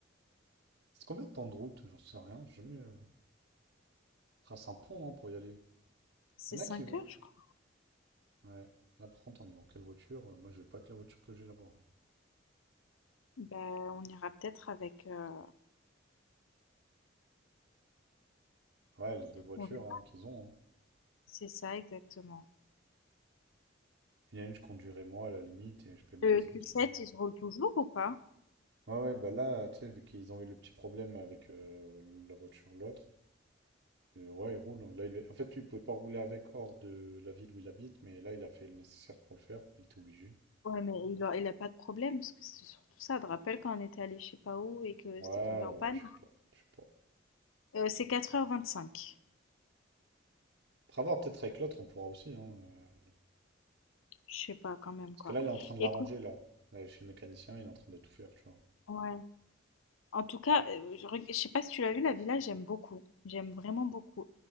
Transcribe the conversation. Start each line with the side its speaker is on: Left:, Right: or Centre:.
Right: C'est combien de temps de route? J'en sais rien. J'ai jamais euh, trace un pont, non, pour y aller.
Left: C'est
Right: Il y
Left: 5
Right: en a qui vont.
Left: heures, je crois.
Right: Ouais. Là, par contre, on y va en quelle voiture? Euh, Moi, je vais pas que la voiture que j'ai là-bas. hein.
Left: Bah, on ira peut-être avec. euh,
Right: Ouais, les deux voitures
Left: on verra.
Right: hein, qu'ils ont. hein.
Left: C'est ça, exactement.
Right: Il y en a une, je conduirai moi à la limite et je paye mon
Left: Le
Right: essence
Left: Q7,
Right: tu vois.
Left: il se roule toujours ou pas?
Right: Ouais, ouais, bah là, tu sais, vu qu'ils ont eu le petit problème avec euh, la voiture, l'autre, euh, ouais, il roule. hein. Là, il est- En fait, lui, il pouvait pas rouler avec hors de la ville où il habite, mais là, il a fait le nécessaire pour le faire. Il était obligé.
Left: Ouais, mais il a, il a pas de problème, parce que c'est surtout ça. Je te rappelle quand on était allé je sais pas où et que
Right: Ouais,
Left: c'était tombé
Right: ouais,
Left: en panne?
Right: je sais pas. Je sais pas.
Left: Euh, c'est quatre heures vingt-cinq.
Right: Après avoir peut-être avec l'autre, on pourra aussi. Hein, euh,
Left: Je sais pas, quand même,
Right: Parce
Left: quoi.
Right: que là, il est en train de l'arranger,
Left: Écoute,
Right: là. Euh, Chez le mécanicien, il est en train de tout faire, tu vois.
Left: ouais. En tout cas, heu, je reg sais pas si tu l'as vu la villa, j'aime beaucoup. J'aime vraiment beaucoup.